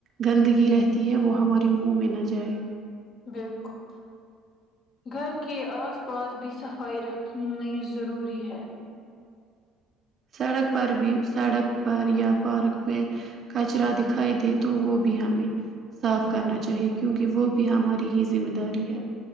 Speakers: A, on the right; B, on the left.
A: گندگی رہتی ہے وہ ہمارے منہ میں نہ جائے
B: بالکل گھر کے آس پاس بھی صفائی رکھنی ضروری ہے
A: سڑک پر بھی سڑک پر یا پارک پہ کچرا دکھائی دے تو وہ بھی ہمیں صاف کرنا چاہیے کیونکہ وہ بھی ہماری ہی ذمہ داری ہے